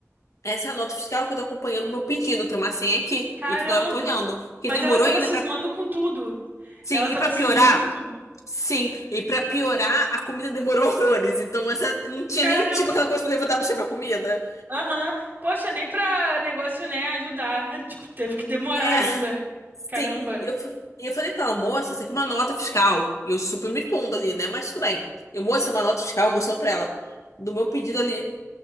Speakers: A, on the left (about 75°); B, on the right (about 40°).
A: essa é a nota fiscal que eu tô acompanhando o meu pedido. Tem uma senha aqui.
B: Caramba!
A: E eu toda hora tô olhando. Porque
B: Mas
A: demorou
B: ela tava
A: ainda
B: cismando
A: pra.
B: com tudo.
A: Sim,
B: Ela tava
A: e pra
B: cismando
A: piorar.
B: com tudo.
A: Sim, e pra piorar, a comida demorou horrores. Então, essa não tinha
B: Caramba!
A: nem tipo aquela coisa pra levantar pra chegar a comida.
B: Aham. Poxa, nem pra negócio, né, ajudar. Tipo, teve que demorar
A: É,
B: ainda.
A: sim.
B: Caramba.
A: E eu, f- e eu falei pra ela, moça, isso aqui é uma nota fiscal. E eu super me expondo ali, né? Mas tudo bem. Eu, moça, é uma nota fiscal, mostrando pra ela. Do meu pedido ali